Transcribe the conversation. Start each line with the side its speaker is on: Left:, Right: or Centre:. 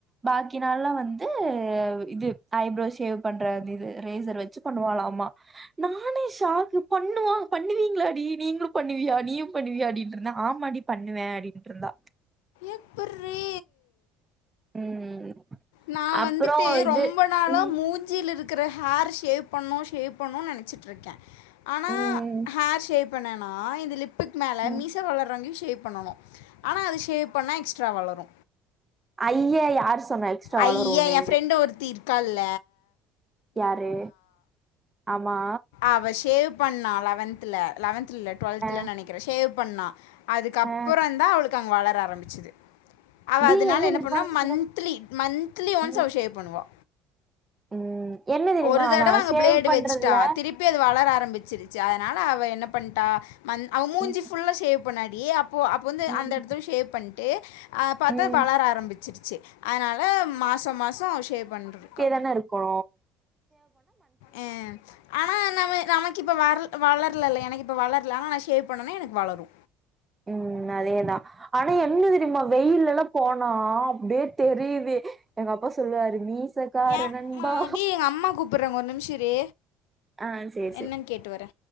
Right: பாக்கி நாள்லா வந்து இது ஐப்ரோ ஷேவ் பண்ற இது ரேசர் வச்சு பண்ணுவாலாமா நானே ஷாக்கு பண்ணுவா பண்ணுவீங்களா டீ நீங்களு பண்ணுவியா நீயு பண்ணுவியா டீனுருந்தே ஆமாடி பண்ணுவே அப்டீன்ட் இருந்தா
Left: எப்பிர்ரி
Right: ம்
Left: நா
Right: அப்றோ
Left: வந்துட்டு
Right: இது
Left: ரொம்ப நாளா
Right: ம்
Left: மூஞ்சியில இருக் கிற ஹேர் ஷேவ் பண்ணு ஷேவ் பண்ணு நெனச்சிட்ருக்கே ஆனா
Right: ம்
Left: ஹேர் ஷேவ் பண்ணேன்னா இந்த லிப்புக்கு மேலே
Right: ம்
Left: மீச வளர்றங்கி ஷேவ் பண்ணணு ஆனா அது ஷேவ் பண்ணா எக்ஸ்ட்ரா வளரு
Right: ஐய்யே யார் சொன்னா எக்ஸ்ட்ரா
Left: ஐய்யே
Right: வளரும்னு
Left: ஏ ஃப்ரெண்ட் ஒருத்தி இருக்கால
Right: யாரு ஆமா
Left: அவ ஷேவ் பண்ணா லெவன்த்ல லெவன்த்ல இல்ல டுவெல்த்ல
Right: அஹ்,
Left: நெனைக்கிறே ஷேவ் பண்ணா அதுக்கப்புறோந்தா
Right: அஹ்.
Left: அவளுக்கு அங்க வளர ஆரம்பிச்சிது அவ
Right: டி
Left: அதனா என்ன
Right: தெரியுமா
Left: பண்ணுவா மந்த்லி
Right: சே-
Left: மந்த்லி ஒன்ஸ்
Right: ம்,
Left: அவ ஷேவ் பண்ணுவா
Right: ம். என்ன தெரியுமா
Left: ஒரு தடவ
Right: ஆனா
Left: அங்க
Right: சேவ்
Left: பிளேடு
Right: பண்றதுல
Left: வச்சுட்டா திருப் பி அது வளர ஆரம்பிச்சிருச்சு அதனால அவ என்ன பண்ட்டா மந் அவ மூஞ்சி
Right: ம்,
Left: ஃபுல்லா ஷேவ் பண்ணா டி அப்போ அப்போ வந்து
Right: ம்,
Left: அந்த எடத்துல ஷேவ் பண்ட்டு அ பாத்தா
Right: ம்.
Left: வளர ஆரம்பிச்சிருச்சு அதனால மாசோ மாசோ அவ ஷேவ் பண்ட்டுருக்கா
Right: என்ன இருக்கோ
Left: ஆ ஆனா நம்ம நமக்கு இ ப்ப வர்ள் வளர்ல இல்ல எனக்கு இப்போ வளர்ல ஆனா நா ஷேவ் பண்ணேனா எனக்கு வளரு
Right: ம் அதேதா ஆனா என்ன தெரியுமா வெயில்லெல்லா போனா அப்டியே தெரியுது எங்க அப்பா சொல்லுவாரு மீசக்கார
Left: ஏன்
Right: நண்பா
Left: மா, டேய் எங்கள் அம்மா கூப்பிட்றாங்க ஒரு நிம்ஷோ இரு
Right: ஆ சேரி சேர்
Left: என்னன்னு கேட்டு வரே